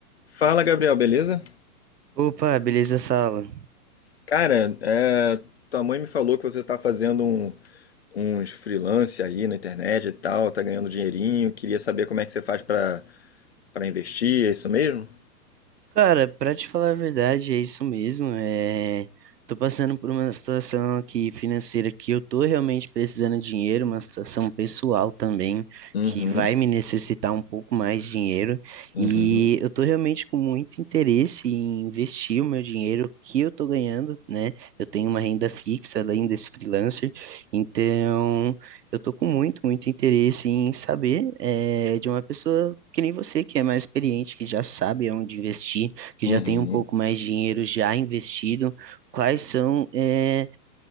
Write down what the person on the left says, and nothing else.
Fala, Gabriel, beleza?
Cara, é, tua mãe me falou que você tá fazendo um- uns freelance aí na internet e tal, tá ganhando dinheirinho. Queria saber como é que você faz pra para investir, é isso mesmo?
Uhum,
uhum,
uhum,